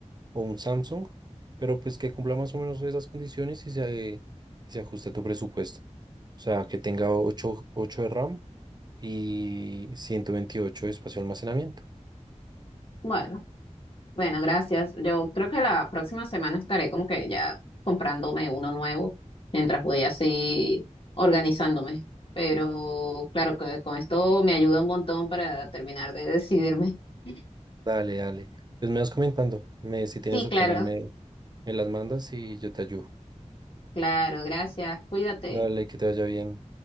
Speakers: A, on the right; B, on the left.
A: o un Samsung, pero pues que cumpla más o menos esas condiciones y se, y se ajuste a tu presupuesto. O sea, que tenga ocho ocho de RAM y 128 de espacio de almacenamiento.
B: Bueno. Bueno, gracias. Yo creo que la próxima semana estaré como que ya comprándome uno nuevo mientras voy así organizándome. Pero claro que con esto me ayuda un montón para terminar de decidirme. <laughs>
A: Dale, dale. Pues me vas comentando, me, si
B: Sí,
A: tienes opciones
B: claro,
A: me, me las mandas y yo te ayudo.
B: claro, gracias. Cuídate.
A: Dale, que te vaya bien.